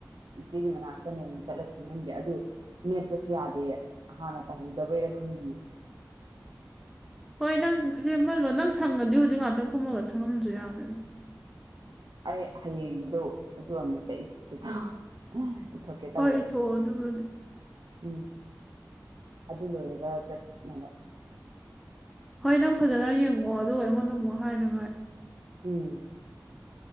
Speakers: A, on the right; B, in the centre.
A: ꯏꯆꯦꯒꯤ ꯃꯅꯥꯛꯇ ꯅꯣꯡꯃ ꯆꯠꯂ ꯁꯦꯝꯃꯟꯒꯦ ꯑꯗꯨ ꯃꯦꯠꯄꯁꯨ ꯌꯥꯗꯦ ꯍꯥꯟꯅ ꯇꯥꯍꯧꯗꯕꯩꯔ ꯈꯪꯗꯌꯦ
B: ꯍꯣꯏ ꯅꯪ ꯁꯦꯝꯃꯜꯂꯣ ꯅꯪ ꯁꯪꯉꯗꯤ ꯍꯧꯖꯤꯛ ꯉꯥꯛꯇꯪ ꯀꯨꯝꯃꯒ ꯁꯪꯉꯝꯁꯨ ꯌꯥꯕꯅꯤꯅ
A: ꯑꯩ ꯍꯌꯦꯡꯒꯤꯗꯣ ꯑꯗꯨ ꯑꯃꯨꯛꯇ ꯏꯊꯣꯛꯀꯦ ꯇ ꯏꯊꯣꯛꯀꯦ ꯇꯧꯕ
B: ꯍꯣꯏ ꯏꯊꯣꯛꯑꯣ ꯑꯗꯨꯕꯨꯗꯤ
A: ꯎꯝ ꯑꯗꯨ ꯂꯣꯏꯔꯒ ꯆꯠꯅꯕ
B: ꯍꯣꯏ ꯅꯪ ꯐꯖꯅ ꯌꯦꯡꯉꯑꯣ ꯑꯗꯨꯒ ꯑꯩꯉꯣꯟꯗ ꯑꯃꯨꯛ ꯍꯥꯏꯅꯉꯥꯏ
A: ꯎꯝ